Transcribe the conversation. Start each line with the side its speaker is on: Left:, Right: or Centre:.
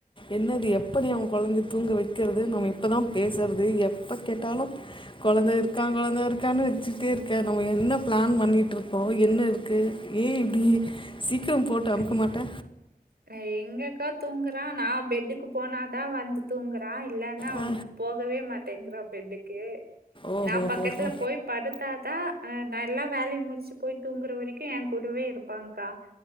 Left: என்னது எப் எப்படி அவங்க கொழந்தைய தூங்க வெக்றது நம்ம எப்பதா பேசுறது எப்ப கேட்டாலு கொழந்த இருக்கான்
Right: அஹ்
Left: கொழந்த இருக்கான்னு டிச்சிட்டே இருக்க நம்ம என்ன பிளான் பண்ணிட்ருக்கோ என்ன இருக்கு ஏ இப்டி சி க்ரம் போட்டு அமுக்க
Right: ஐயோ
Left: மாட்ட
Right: நா எங்கக்கா தூங்குறா நா பெட்டுக்கு போனாதா வந்து தூங்க தா இல்லன்னா
Left: ஆ
Right: ம் போகவே மாட்டேங்றா பெட்டுக்கே
Left: ஓஹோ
Right: நா பக்கத்துல
Left: ஹோ ஹோ
Right: போய் படுத்தாதா அஹ் நா எல்லா வேல முறிச்சு போய் தூங்குற வரைக்கு என் கூடவே இருப்பாங்க்கா